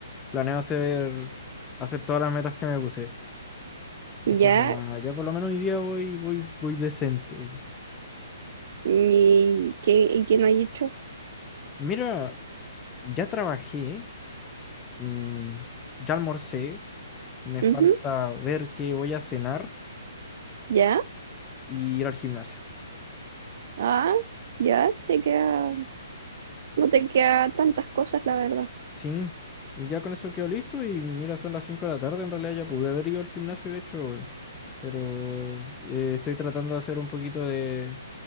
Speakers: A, on the left; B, on the right.
A: planeo hacer, hacer todas las metas que me puse esta
B: ya,
A: semana. Ya por lo menos hoy día voy, voy, voy decente.
B: y que, y que no hay hecho.
A: Mira, ya trabajé, mm, ya almorcé, me falta
B: Ujú,
A: ver qué voy a cenar
B: ya,
A: y ir al gimnasio.
B: ah, ya, te queda, no te queda tantas cosas, la verdad.
A: Sí, y ya con eso quedó listo y mira, son las 5 de la tarde, en realidad ya pude haber ido al gimnasio, de hecho, weón. pero eh, estoy tratando de hacer un poquito de,